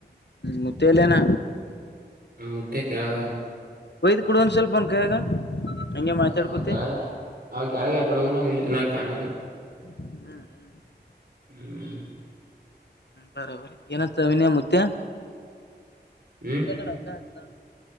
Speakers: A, on the left; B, on the right.
A: ಮುತ್ತೆ ಇಲ್ಲಾ ಏನ.
B: ಮುತ್ಯಾ ಕೆಳಗ್ ಹೋದ.
A: ವಯದ್ ಕೋಡು ಸ್ವಲ್ಪ ಅವನ್ ಕೈಯಾಗ. ಹಂಗೆ ಮಾತಾಡ್ಕೋತಿ
B: ಹೌದಾ ಅವ ಕೆಳಗ್ ಯಾಕಡೆ ಹೋಗ್ಯಾನ ಇಲ್ಲಿತನ ನಂಗ ಕಾಣಿಲ್ಲ.
A: ಹ್ಮ್ ಹ್ಮ್. <unintelligible>
B: ಹ್ಮ್. <unintelligible>
A: ಬರೇಬರಿ ಏನತ್ವಿನ. <unintelligible> ಮುತ್ಯಾ.
B: ಹ್ಮ್
A: <unintelligible>